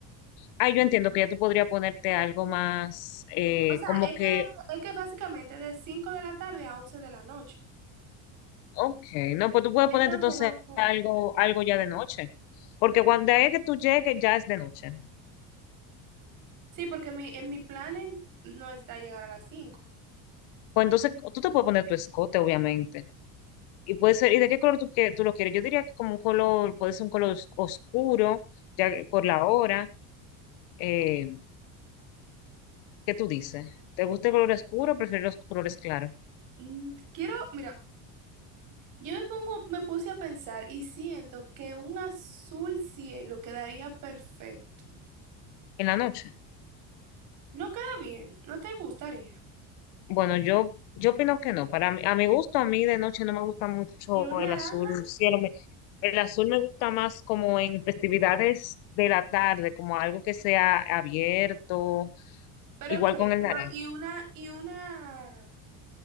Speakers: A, on the left; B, on the right.
A: Ah, yo entiendo que ya tú podrías ponerte algo más, eh,
B: O sea,
A: como
B: es
A: que
B: que, es que básicamente de 5 de la tarde a 11 de la noche.
A: Ok, no, pues tú puedes
B: Entonces,
A: ponerte entonces
B: no sé.
A: algo, algo ya de noche, porque cuando es que tú llegues ya es de noche.
B: Sí, porque mi, en mi plan en- no está llegar a las cinco.
A: Pues entonces tú te puedes poner tu escote, obviamente. Y puede ser, ¿y de qué color tú, que, tú lo quieres? Yo diría que como un color, puede ser un color os- oscuro, ya que por la hora. Eh, ¿qué tú dices? ¿Te gusta el color oscuro o prefieres los colores claros?
B: Mm, Quiero, mira, yo me pongo, me puse a pensar y siento que un azul cielo quedaría perfecto.
A: En la noche.
B: No queda bien, no te gustaría.
A: Bueno, yo, yo opino que no. Para mí, a mi gusto, a mí de noche no me gusta mucho
B: Y un naranja,
A: el azul cielo. Me- el azul me gusta más como en festividades de la tarde, como algo que sea abierto,
B: pero
A: igual
B: ok,
A: con el
B: pero
A: naranja.
B: y una, y una,